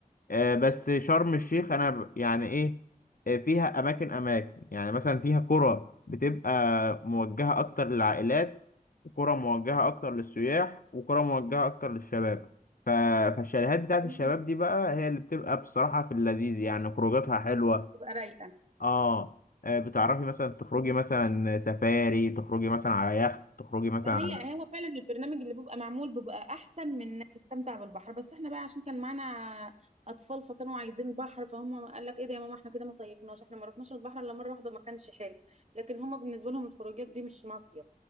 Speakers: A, on the left; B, on the right.
A: آه، بس شرم الشيخ انا ب- يعني ايه آه، فيها اماكن اماكن يعني مثلا فيها قرى بتبقى موجهه اكتر للعائلات وقرى موجهه اكتر للسياح وقرى موجهه اكتر للشباب ف- فالشاليهات بتاعت
B: بيقولوا
A: الشباب دي بقى هي اللي بتبقى بصراحه في اللذيذ يعني خروجاتها حلوه
B: تبقى رايقة
A: اه آه، بتعرفي مثلا تخرجي مثلا سفاري تخرجي مثلا على يخت تخرجي مثلا
B: ما
A: على
B: هي هو فعلا البرنامج اللي بيبقى معمول بيبقى احسن من انك تستمتع بالبحر بس احنا بقى عشان كان معانا اطفال فكانوا عايزين بحر فهم قال لك ايه ده يا ماما احنا كده ما صيفناش احنا ما رحناش البحر الا مره واحده ما كانش حلو لكن هم بالنسبه لهم الخروجات دي مش مصيف